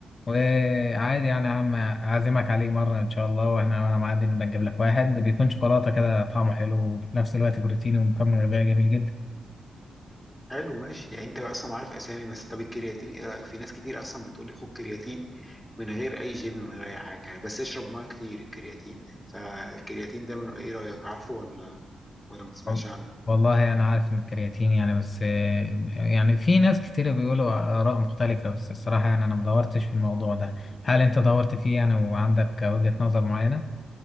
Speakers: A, on the left; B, in the centre.
A: وعادي يعني يا عم أعزمك عليه مرة إن شاء الله وإحنا وأنا معدي نبقى نجيب لك واحد بيكون شوكولاتة كده طعمه حلو وفي نفس الوقت بروتيني ومكمل غذائي جميل جدا
B: حلو ماشي يعني انت اصلا عارف اسامي بس طب الكرياتين ايه رايك في ناس كتير اصلا بتقول لي خد كرياتين من غير اي جيم من غير اي حاجه يعني بس اشرب ميه كتير الكرياتين ده فالكرياتين ده من ايه رايك عارفه ولا ولا ما تسمعش
A: وال-
B: عنه
A: والله أنا يعني عارف إن الكرياتين يعني بس آه، يعني في ناس كتير بيقولوا آراء مختلفة بس الصراحة يعني أنا ما دورتش في الموضوع ده هل أنت دورت فيه يعني وعندك وجهة نظر معينة؟